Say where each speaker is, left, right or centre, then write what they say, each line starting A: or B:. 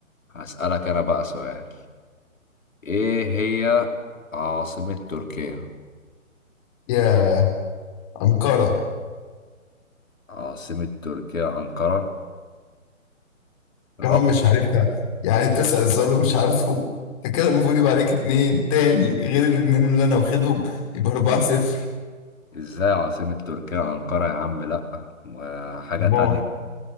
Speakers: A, on the left (about 70°); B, on the left (about 25°).
A: هسألك انا بقى سؤال ايه هي عاصمة تركيا
B: يا أنقرة
A: عاصمة تركيا أنقرة غلط
B: كمان مش عارفها يعني تسأل سؤال ومش عارفه أنت كده المفروض يبقى عليك اتنين تاني غير الاتنين اللي أنا واخدهم يبقى 4-0
A: ازاي عاصمة تركيا أنقرة يا عم لا ما حاجة
B: الله
A: تانية